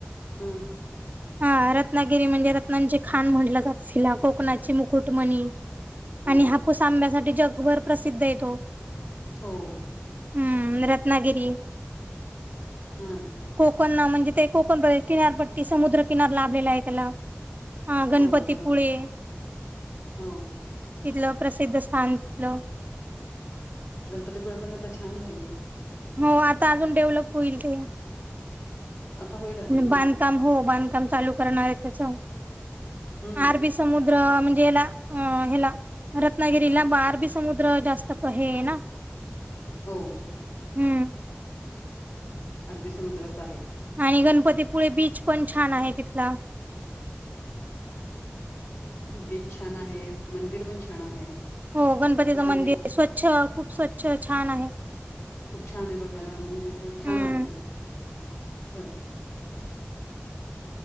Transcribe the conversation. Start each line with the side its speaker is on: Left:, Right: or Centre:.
Left: हुं.
Right: हा... रत्नागिरी म्हणजे रत्नांची खाण म्हटलं जातं, कोकणाची मुकुटमणी
Left: ओ
Right: आणि हापूस आंब्यासाठी जगभर प्रसिद्ध ए तो
Left: हो.
Right: हम्म... रत्नागिरी
Left: हा.
Right: कोकण म्हणजे... ते कोकण किनारपट्टी... समुद्र किनार लाभलेला ए त्याला हा... गणपतीपुळे
Left: हो बरोबर हो
Right: तिथलं, प्रसिद्ध स्थान तिथलं
Left: गणपतीपुळे पण, आता छान झालंय बघा
Right: हो... आता अजून डेव्हलप होईल ते
Left: आता होईल अजून हा
Right: बांधकाम... हो बांधकाम चालू करणार ए त्याचं...
Left: हम्म
Right: आरबी समुद्र म्हणजे ह्येला.. ह्येला रत्नागिरीला... बारबी समुद्र जास्त हे ए ना
Left: हो.
Right: हम्म
Left: अरबी समुद्राच आहे.
Right: आणि गणपतीपुळे बीच पण छान आहे तिथला.
Left: बीच छान आहे. मंदिर पण छान आहे.
Right: हो गणपतीचं
Left: खूप म्हणजे
Right: मंदिर स्वच्छ, खूप स्वच्छ छान आहे.
Left: खूप छान आहे बघायला मग तस छान
Right: हम्म
Left: वाटत असं